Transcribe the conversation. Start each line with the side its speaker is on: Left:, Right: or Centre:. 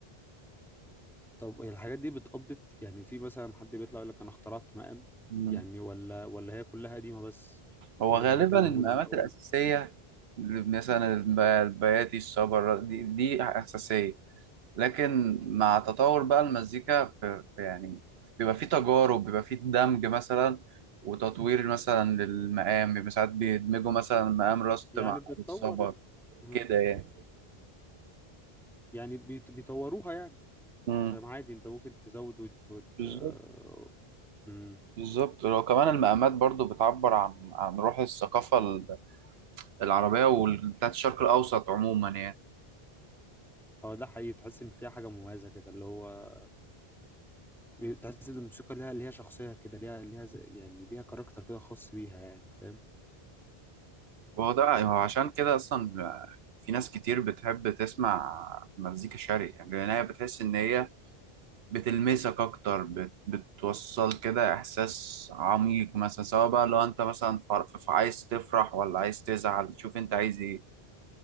Centre: طب هي الحاجات دي بتقبضت يعني في مثلا حد بيطلع يقول لك انا اخترعت مقام
Right: أصلا
Centre: يعني ولا ولا هي كلها قديمة بس
Right: هو
Centre: دي
Right: غالبا
Centre: الحاجات اللي موجودة
Right: المقامات
Centre: من الاول
Right: الأساسية اللي مثلا الب- البياتي الصبر دي دي أساسية لكن مع تطور بقى المزيكا في في- يعني بيبقى فيه تجارب بيبقى فيه دمج مثلا وتطوير مثلا للمقام بيبقى ساعات بيدمجوا مثلا مقام راست
Centre: يعني
Right: مع
Centre: بتطور
Right: الصبر
Centre: ال- مم.
Right: كده يعني
Centre: يعني بيت- بيطوروها يعني
Right: امم
Centre: فاهم عادي انت ممكن تزود وت وت
Right: بالظبط
Centre: آه، مم.
Right: بالظبط لو كمان المقامات برضو بتعبر عن عن روح الثقافة ال- العربية وال- بتاعت الشرق الأوسط عموما يعني
Centre: هو ده حقيقي تحس ان فيها حاجة مميزة كده اللي هو بي- تحس ان الموسيقى ليها ليها شخصية كده ليها ليها زي- يعني ليها كاركتر كده خاص بيها يعني فاهم
Right: وهو ده هو عشان كده أصلا في ناس كتير بتحب تسمع مزيكا شرقي يعني لأن هي بتحس إن هي بتلمسك أكتر بت... بتوصل كده إحساس عميق مثلا سواء بقى لو أنت مثلا فر... ف- عايز تفرح ولا عايز تزعل شوف أنت عايز إيه